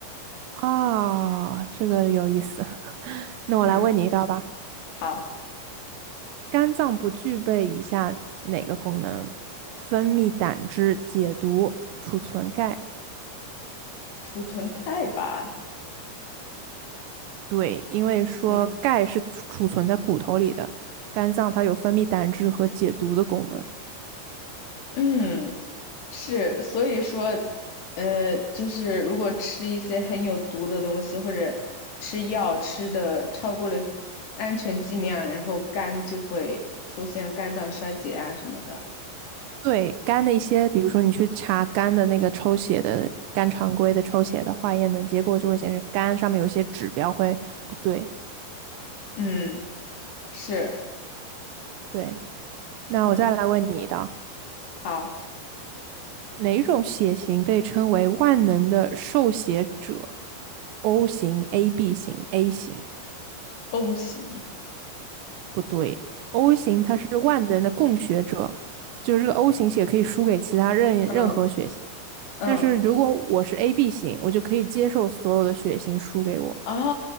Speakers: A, on the right; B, on the left.
A: 啊，这个有意思。<laughs> 那我来问你一道吧，
B: 嗯，好，
A: 肝脏不具备以下哪个功能？分泌胆汁、解毒、储存钙。
B: 储存钙吧。
A: 对，因为说钙是储储存在骨头里的，
B: 嗯
A: 肝脏它有分泌胆汁和解毒的功能。
B: 嗯。是，所以说，呃，就是如果吃一些很有毒的东西，或者吃药吃的超过了安全剂量，然后肝就会出现肝脏衰竭啊什么的。
A: 对肝的一些，比如说你去查肝的那个抽血的肝常规的抽血的化验的结果，就会显示肝上面有一些指标会不对。
B: 嗯，是，
A: 对，那我再来问你的，
B: 嗯，好
A: 哪种血型被称为万能的受血者？O 型、AB 型、A 型
B: ，O 型，
A: 不对，O 型它是万能的供血者，就是这个 O 型血可以输给其他任任何血型。
B: 嗯嗯，
A: 但是如果我是 AB 型，我就可以接受所有的血型输给我。
B: 哦